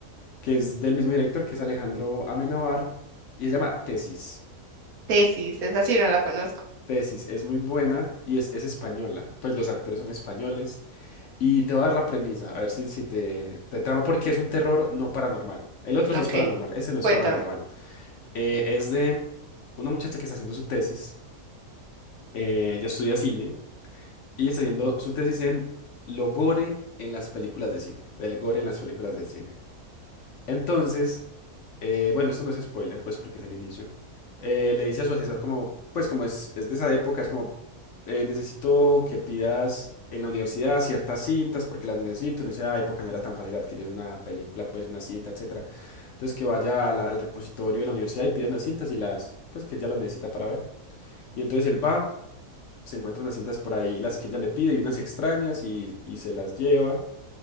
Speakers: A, on the left; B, on the right.
A: que es del mismo director que es Alejandro Amenábar y se llama Tesis.
B: Tesis, esa sí no la conozco.
A: Tesis es muy buena y es, es española, pues los actores son españoles. Y te voy a dar la premisa, a ver si, si te, te trama, porque es un terror no paranormal. El otro
B: Ok,
A: sí es paranormal, ese no es
B: cuéntame.
A: paranormal. Eh, es de una muchacha que está haciendo su tesis, eh, ella estudia cine y está haciendo su tesis en lo gore en las películas de cine, del gore en las películas de cine. Entonces, eh, bueno, esto no es spoiler, pues porque es el inicio. Eh, le dice a su asesor como, pues como es, es de esa época, es como, eh, necesito que pidas en la universidad ciertas cintas porque las necesito. En esa época no era tan fácil adquirir una película, pues una cinta, etcétera. Entonces que vaya a la- al repositorio de la universidad y pida unas cintas y las, pues que ella las necesita para ver. Y entonces él va, se encuentra unas cintas por ahí, las que ella le pide y unas extrañas y, y se las lleva